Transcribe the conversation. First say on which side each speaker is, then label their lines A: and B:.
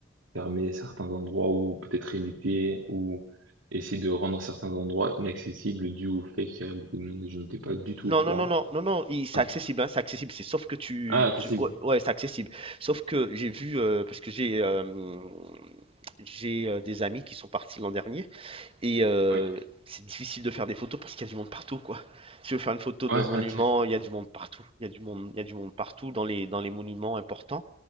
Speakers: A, on the right; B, on the right.
A: fermer certains endroits ou peut-être éviter ou essayer de rendre certains endroits inaccessibles dû au fait qu'il y avait beaucoup de monde. Je n'étais pas du tout
B: Non,
A: au courant.
B: non, non, non, non, non, il- c'est
A: Ah,
B: accessible, hein, c'est accessible. C'est sauf que tu,
A: ah, accessible.
B: tu- ouais, ouais, c'est accessible. Sauf que j'ai vu euh, parce que j'ai euh, j'ai euh, des amis qui sont partis l'an dernier et euh,
A: Oui.
B: c'est difficile de faire des photos parce qu'il y a du monde partout, quoi. Si tu veux faire une photo d'un
A: Ouais,
B: monument,
A: <laughs> ok.
B: il y a du monde partout. Il y a du monde, il y a du monde partout dans les dans les monuments importants.